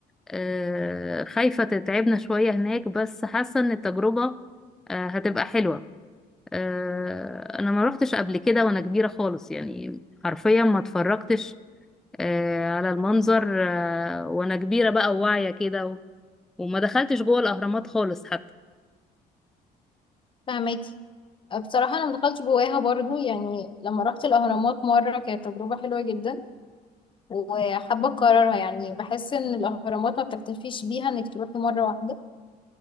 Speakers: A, in the centre; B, on the left.
A: آه، خايفة تتعبنا شوية هناك بس حاسة ان التجربة آه، هتبقى حلوة آه، انا ما روحتش قبل كده وانا كبيرة خالص يعني حرفيا ما اتفرجتش آه، على المنظر آه، وانا كبيرة بقى وواعية كده و- وما دخلتش جوه الاهرامات خالص حتى
B: فهماكي آه، بصراحة انا مدخلتش جواها برضو يعني لما رحت الاهرامات مرة كانت تجربة حلوة جدا وحابة اكررها يعني بحس ان الاهرامات ما بتكتفيش بيها انك تروحي مرة واحدة